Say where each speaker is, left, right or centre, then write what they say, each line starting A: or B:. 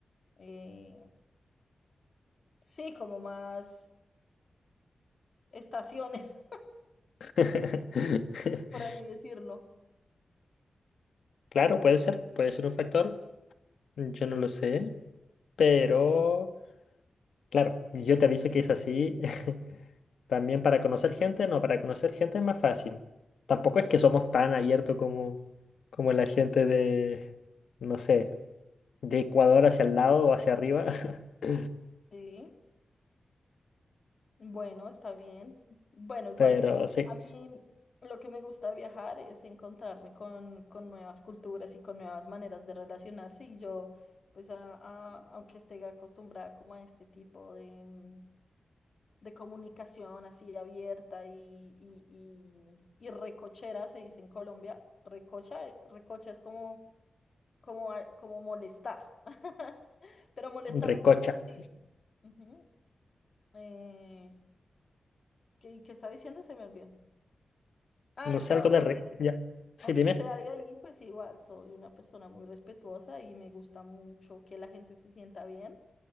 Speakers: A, on the left (about 45°); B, on the left (about 80°).
A: eh, sí, como más estaciones,
B: <laughs>
A: <laughs> por así decirlo.
B: Claro, puede ser, puede ser un factor. Yo no lo sé. Pero, claro, yo te aviso que es así. <laughs> También para conocer gente, no, para conocer gente es más fácil. Tampoco es que somos tan abiertos como, como la gente de, no sé, de Ecuador hacia el lado o hacia arriba. <laughs>
A: Sí, bueno, está bien. Bueno, igual
B: Pero sí,
A: a mí lo que me gusta de viajar es encontrarme con, con nuevas culturas y con nuevas maneras de relacionarse y yo, pues, a- a- aunque esté acostumbrada como a este tipo de... mm, de comunicación así abierta y, y, y, y recochera, se dice en Colombia. Recocha, eh, recocha es como, como, a- como molestar, <laughs> pero molestar
B: recocha.
A: en buen sentido. Ujú. Eh, ¿qué, qué estaba diciendo? Se me olvidó. Ah,
B: No sé,
A: que
B: algo
A: aunque,
B: de re. Ya. Sí,
A: aunque
B: dime.
A: sea de ahí, pues igual soy una persona muy respetuosa y me gusta mucho que la gente se sienta bien.